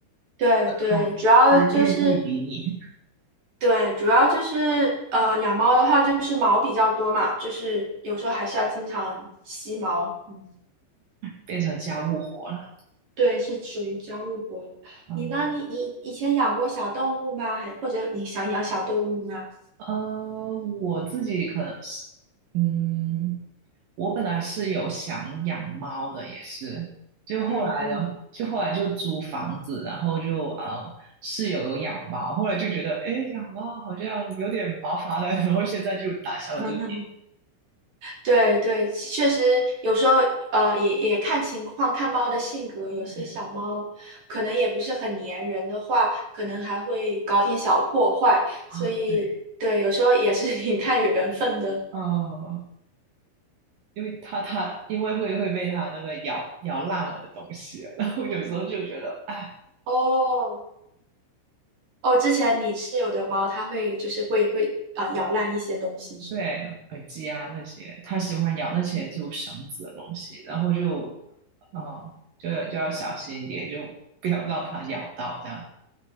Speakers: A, on the right; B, on the right.
A: 对对，
B: 他
A: 主要就是
B: 他愿意理你，
A: 对，主要就是呃，养猫的话就是毛比较多嘛，就是有时候还是要经常吸毛。嗯
B: 变成家务活了。
A: 对，是属于家务活物。
B: 嗯
A: 你呢？你你以前养过小动物吗？还或者你想养小动物吗？
B: 呃，我自己可能是，嗯，我本来是有想养猫的，也是，就后来的，
A: 嗯嗯，
B: 就后来就租房子，然后就呃，室友有养猫，后来就觉得，哎，养猫好像有点麻烦了，然后现在就打消了这个
A: <laughs> 对对，其确实有时候呃也也看情况，看猫的性格，有些小猫可能也不是很粘人的话，
B: 对
A: 可能还会搞点小破坏，
B: 啊，
A: 所以对，
B: 对，
A: 有时候也是 <laughs> 挺看缘分的。
B: 呃，因为它它因为会会被它那个咬咬烂我的东西，然后有时候就觉得，哎。
A: 哦哦，之前你室友的猫，它会就是会会啊、呃咬烂一些东西是吗？
B: 对，耳机啊那些，他喜欢咬那些就绳子的东西，
A: 嗯
B: 然后就，哦，就就要小心一点，就不要让它咬到这样。